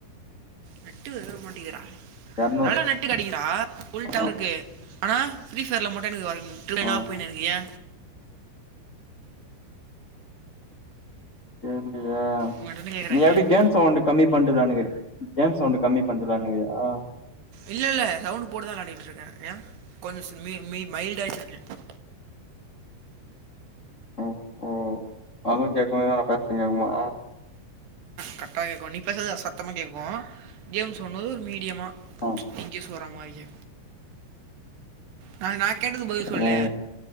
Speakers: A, on the right (about 65°); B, on the left (about 40°).
A: நெட்டே வேற மாட்டங்கிதுடா
B: எரநூ
A: நல்ல நெட் டு கெடைக்குண்டா ஃபுல்
B: ஆ
A: டவர் இருக்கு ஆனா ஃப்ரீஃபயர்ல மட்டும் எனக்கு
B: ஆ
A: <unintelligible> போயின்னு இருக்கு ஏ
B: தெரிலையே
A: உங்கள்கிட்ட கேட்குறேன்
B: நீ எப்டி
A: ஏன்
B: கேம் சவுண்டு கம்மி பண்ட்டு வெளாண்டுக்குற கேம் சவுண்டு கம்மி <unintelligible> னிக்குற ஆ
A: இல்ல இல்ல சவுண்டு போட்டுதா காட்டிட்டு இருக்கேன் ஏ கொஞ்ச சி மி மி மைல்டா வச்சிருக்க
B: ஓஹோ அதும் செக் பண்ணிதா நா பேசுறது கேக்குமா
A: கரெட்டா கேக்கும் நீ பேசுறது சத்தமா கேக்கும் கேம்ஸ் ஓட்னது ஒரு மீடியமா
B: ஆ
A: இங்கே சொல்ற மாரியே நா நா கேட்டதுக்கு பதில்
B: ஓ
A: சொல்லு